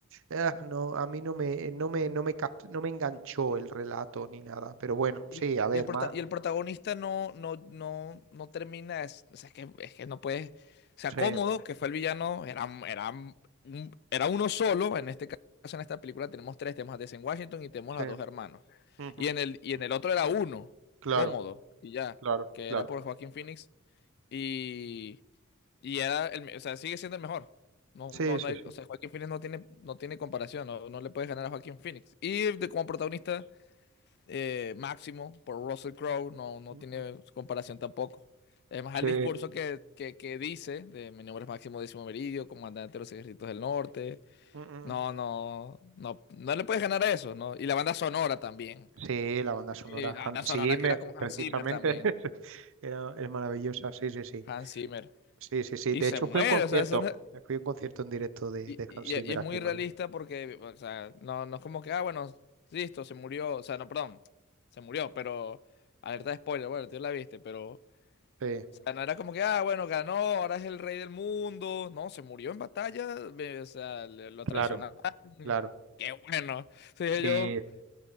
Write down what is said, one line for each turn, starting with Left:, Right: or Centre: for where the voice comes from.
Right: ah, no, a mí no me, no me, no me, cap- no me enganchó
Left: sí.
Right: el relato ni nada. Pero bueno,
Left: Y,
Right: sí, a ver,
Left: y el prota-
Right: ma-
Left: y el protagonista no, no, no, no termina, es, o sea, es que, es que no puede o sea,
Right: Sí,
Left: Cómodo, que fue el villano, era, era, un- era uno solo, en este caso, en esta película tenemos tres, tenemos a Denzel Washington y tenemos
Right: sí.
Left: a los dos hermanos.
Right: ujú,
Left: Y en el, y en el otro era uno,
Right: Claro,
Left: Cómodo, y ya,
Right: claro,
Left: que
Right: claro.
Left: era por Joaquín Phoenix, y, y era el, me- o sea, sigue siendo el mejor. No,
Right: Sí,
Left: no, no
Right: sí,
Left: hay-
Right: sí.
Left: o sea, Joaquín Phoenix no tiene, no tiene comparación, no, no le puedes ganar a Joaquín Phoenix. Y de- como protagonista eh, máximo por Russell Crowe, no, no
Right: Mm,
Left: tiene
Right: mm,
Left: comparación tampoco. Además,
Right: Sí.
Left: el discurso que, que, que dice de mi nombre es Máximo Décimo Meridio, comandante de los ejércitos del norte.
Right: Mm, mm,
Left: No,
Right: mm.
Left: no, no, no le puedes ganar a eso, ¿no? Y la banda sonora también.
Right: Sí, la banda sonora
Left: Y la
Right: Hans
Left: banda sonora
Right: Zimmer,
Left: que era con
Right: precisamente,
Left: Hans Zimmer también.
Right: <laughs> era, es maravillosa, sí, sí, sí,
Left: Hans Zimmer.
Right: sí, sí, sí,
Left: Y
Right: de
Left: se
Right: hecho
Left: muere,
Right: fui a un concierto,
Left: o sea, eso no-
Right: fui a un concierto en directo de,
Left: y,
Right: de Hans Zimmer
Left: y- y es
Right: aquí
Left: muy
Right: en
Left: realista
Right: Madrid,
Left: porque, o sea, no, no es como que, ah, bueno, listo, se murió, o sea, no, perdón, se murió, pero, alerta de spoiler, bueno, tú la viste, pero
Right: sí,
Left: O sea, no era como que, ah, bueno, ganó, ahora es el rey del mundo. No, se murió en batalla, me- o sea, le- lo
Right: claro,
Left: traicionaron.
Right: claro,
Left: Qué bueno. Sí,
Right: sí,
Left: yo,